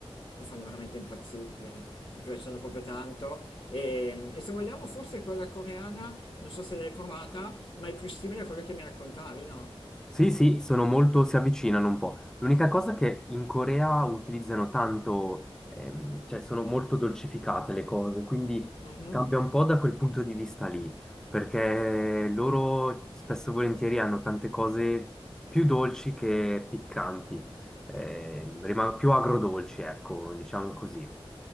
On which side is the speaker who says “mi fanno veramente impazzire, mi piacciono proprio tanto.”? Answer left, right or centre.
Left